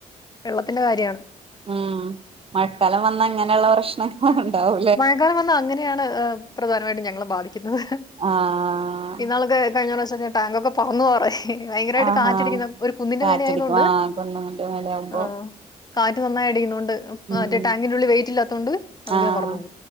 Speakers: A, on the left (about 20°); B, on the right (about 30°).
A: വെള്ളത്തിന്റെ കാര്യമാണ്
B: ആഹ് മഴക്കാലം വന്ന ഇങ്ങനെയുള്ള പ്രശ്നം ആഹ് ഉണ്ടാവു
A: മഴക്കാലം വന്ന അങ്ങനെയാണ് പ്രധാനമായിട്ടും ഞങ്ങളെ ബാധിക്കുന്നത്
B: ആഹ്
A: ഇന്നാളൊക്കെ കഴിഞ്ഞ പ്രാവശ്യം ഒക്കെ ടാങ്കൊക്കെ പറന്നു പറേ ക്കെ ഭയങ്കരായിട്ട്
B: ആഹാ
A: കാറ്റടിക്കുന്ന ഒരു കുന്നിന്റെ
B: കാറ്റടിക്കും
A: മേലെ ആയത് കൊണ്ട്
B: ആഹ് കുന്നുമ്മന്റെ മേലെ ആവുമ്പോ
A: ആഹ് കാറ്റ് നന്നായി അടിക്കുന്നുണ്ട്
B: ഉം
A: മറ്റേ ടാങ്കിന്റെ ഉള്ളിൽ വെയിറ്റ്ല്ലാത്തോണ്ട് അത്ങ്ങനെ
B: ആഹ്
A: പറന്ന് പോവും